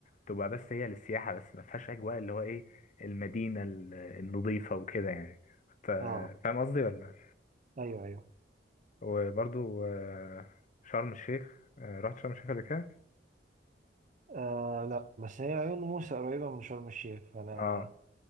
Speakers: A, on the left; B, on the right.
A: تبقى بس هي للسياحة بس ما فيهاش أجواء اللي هو إيه المدينة ال- النظيفة وكده يعني ف-
B: اه
A: فاهم قصدي ولا؟
B: أيوه أيوه
A: وبرضو آه، شرم الشيخ آه، رحت شرم الشيخ قبل كده؟
B: آه لا بس هي عيون موسى قريبة من شرم الشيخ فأنا
A: اه